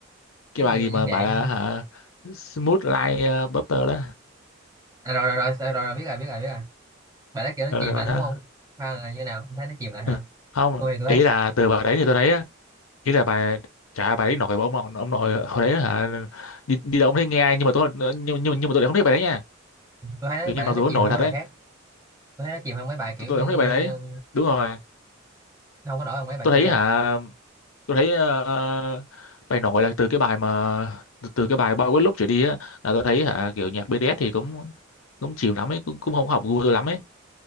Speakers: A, on the right (about 15°); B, on the left (about 85°).
A: cái
B: Cái bài
A: gì mà
B: gì mà
A: viên đạn
B: bảo là hả Smooth like ờ, butter đó.
A: à, rồi, rồi rồi rồi rồi biết rồi biết rồi biết rồi bài đó kiểu nó
B: Ờ,
A: chìm lại đúng
B: đó.
A: không hay là như nào Không thấy nó chìm lại hả
B: <laughs> Không,
A: tôi thì tôi
B: ý
A: thấy
B: là từ bài đấy thì tôi thấy ý là bà chả bà ấy nội bà ông nội ông nội hồi đấy hả đi, đi đâu không thấy nghe ai nhưng mà tôi nhưng, nhưng, nhưng mà tôi lại không thấy bà đấy nha
A: tôi thấy nó-
B: tự
A: bài
B: nhiên
A: đó
B: mặc
A: nó
B: dù ông
A: chìm
B: nội
A: hơn
B: thật
A: mấy bài
B: đấy
A: khác tôi thấy nó chìm hơn mấy bài kiểu
B: tôi, tôi
A: như
B: lại không thấy bà đấy
A: ừ,
B: đúng rồi
A: không có nổi hơn mấy bài
B: tôi thấy
A: kia
B: hả tôi thấy ờ, bài nổi là từ cái bài mà từ, từ cái bài bao quát lúc trở đi á là tôi thấy hả kiểu nhạc BTS thì cũng cũng chịu lắm ấy cũng, cũng không hợp gu tôi lắm ấy